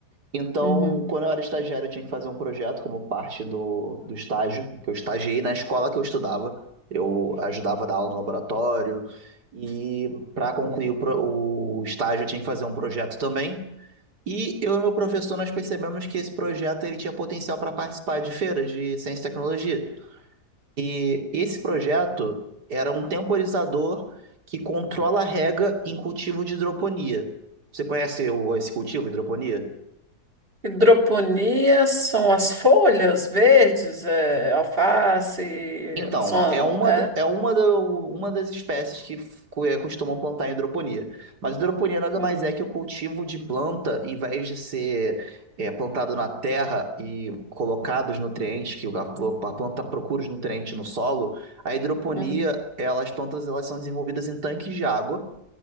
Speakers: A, on the right; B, on the right.
A: Então,
B: Uhum.
A: quando eu era estagiário, eu tinha que fazer um projeto como parte do, do estágio, que eu estagiei na escola que eu estudava. Eu ajudava a dar aula no laboratório. E para concluir o, pro- o estágio, eu tinha que fazer um projeto também. E eu e meu professor, nós percebemos que esse projeto ele tinha potencial para participar de feiras de ciência e tecnologia. E esse projeto era um temporizador que controla a rega em cultivo de hidroponia. Você conhece o- esse cultivo, hidroponia?
B: Hidroponia são as folhas verdes, é, alface,
A: Então,
B: são,
A: é uma,
B: é?
A: da- é uma, da- uma das espécies que f- co- eh, costumam plantar em hidroponia. Mas hidroponia nada
B: Hum,
A: mais é que o cultivo de planta, em vez de ser eh, plantado na terra e colocado os nutrientes, que a, pl- a planta procura os nutrientes no solo, a hidroponia,
B: hum,
A: ela, as plantas elas são desenvolvidas em tanques de água,